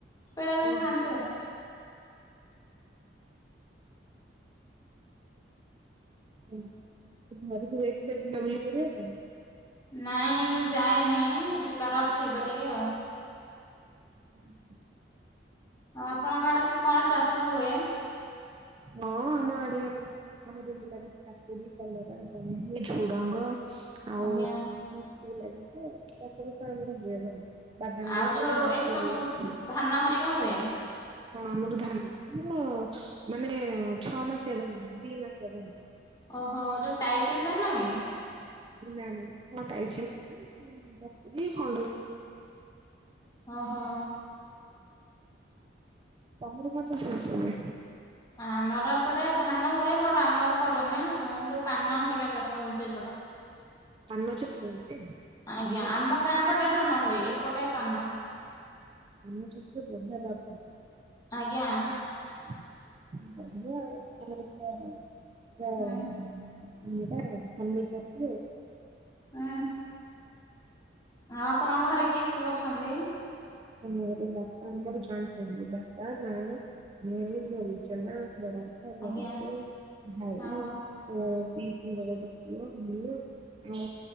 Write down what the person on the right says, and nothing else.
ଓ ହୋ।
ହ ଘରକୁ ଯାଇଥିଲେ ବୁଲାବୁଲି କରିବା ପାଇଁ।
ହ
ହଁ ଆମ ଆଡିଆ। ଆମର ଏବେ ଲାଗୁଚି କାକୁଡି କଲରା ଜହ୍ନି ଝୁଡଙ୍ଗ। ଆଉ
ଏମିତି ସବୁ ଲାଗିଚି ଚାଷ ବାଷ ଆମର ହୁଏ ଭଲ। ପଦ
ଦିବ
ଜନ୍ଦ
ଦିବ
ହଁ ଆମର ଧାନ ଆମର ମାନେ ଛଅ ମାସିଆ ଜଣ ଦି ମାସିଆ ଦଣ
ନା ନାାଇଁ ମୁଟାଇଛିୀ ଖଣ୍ଡ
ତମର ପଞ୍ଚାଶଷ ହୁଏ
ହଁ ପାନ ଚାଷ ରହିଛି
ପାନ
ଚାଷ
ଆମ ଟ ତେ ବଢିଆ ଲାଗବ
<unintelligible> ମୁଟା ଛଚ
ଆଷିବ
ଆମର ବାପା ଆ ମର ଜଏଣ୍ଟ ଫ୍ୟାମିଲି ବାପା ମା ହୁଁ ମରିଚନା ବଡ଼କା ବଡ଼
ବ ଭାଇ
ଓ ପିଇଶି ଘର ର ପୁଅ ମୁ ଆଉ